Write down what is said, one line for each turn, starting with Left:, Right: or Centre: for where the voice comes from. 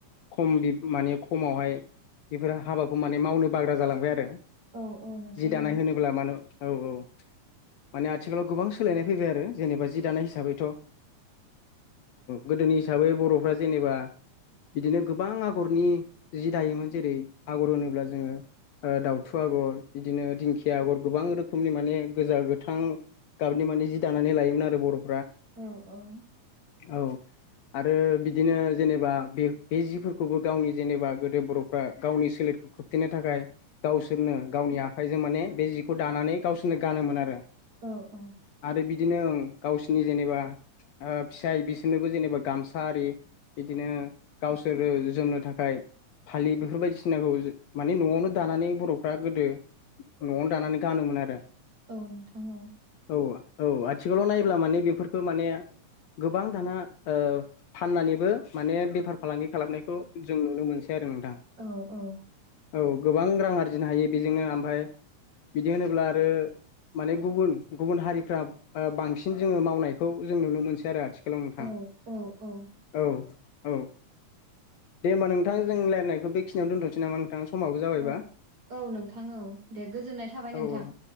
Left: खम माने खमावहाय बेफोरो हाबाखौ माने मावनो बाग्रा जालांबाय आरो
Right: औ औ नोंथां
Left: जि दानाय
Right: औ
Left: होनोब्ला मानो औ औ माने आथिखालाव गोबां सोलायनाय फैबाय आरो जेनेबा जि दानाय हिसाबै औ गोदोनि हिसाबै बर'फ्रा जेनेबा बिदिनो गोबां आगरनि जि दायोमोन जेरै आगर होनोब्ला जोङो दाउथु आगर बिदिनो दिंखिया आगर गोबां रोखोम रोखोमनि माने गोजा गोथां गाबनि माने जि दानानै लायोमोन आरो बर'
Right: औ औ
Left: औ आरो बिदिनो जेनेबा बे बे जिफोरखौबो गावनि जेनेबा गोदो बर' गावनि सोलेरखौ खोबथेनो थाखाय गावसोरनो गावनि आखाइजों माने बे जिखौ दानानै गावोर ब गानोमोन आरो
Right: औ औ
Left: आरो बिदिनो गावसिोरनि जेनेबा फिसाय बिसोरनोबो जेनेबा गामसा आरि बिदिनो गावसोरो जोमनो थाखाय फालि बेफोर बायदिसिनाखौ माने न'आवनो दानानै बर'फ्रा गोदो न'आवनो दानानै गानोमोन आरो
Right: औ नोंथां औ
Left: औ औ आथिखालाव नायब्ला माने बेफोरखौ माने गोबां दाना फाननानैबो माने बेफार फालांगि खालामनायखौ जों नुनो मोनसै आरो नोंथां
Right: औ औ
Left: औ गोबां रां आरजिनो हायो बेजोंनो ओमफ्राय बिदि होनोब्ला आरो माने गुबुन गुबुन हारिफ्रा ओ बांसिन जोङो मावनायखौ जों नुनो मोनसै आथि नोंथां
Right: औ औ औ
Left: औ औ दे होमबा नों नोंथां जों रायनायखौ बेखिनियाव दोनथ'सै नामा नोंथां समाबो जाबायबा?
Right: औ औ नोंथां औ दे गोजोननाय थाबाय नोंथां
Left: औ औ